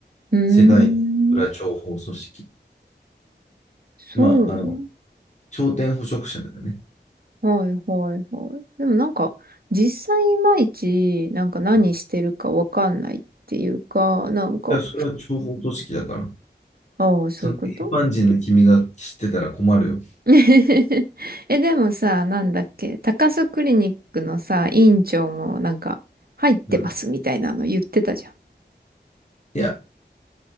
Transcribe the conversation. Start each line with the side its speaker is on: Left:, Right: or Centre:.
Right: うーん、
Left: 世界裏情報組織。
Right: そうなの。
Left: まあ、あの、頂点捕食者だよね。
Right: はいはいはい。でもなんか、実際いまいち、なんか何してるかわかんないっていうか、
Left: うん
Right: なんか、
Left: いや、それは情報組織だから。
Right: ああ、そういうこと
Left: その一般人の君が知ってたら困るよ。
Right: <laughs> え、でもさ、なんだっけ、高須クリニックのさ、院長もなんか、入ってますみたいなの言ってたじゃん。
Left: うん。いや、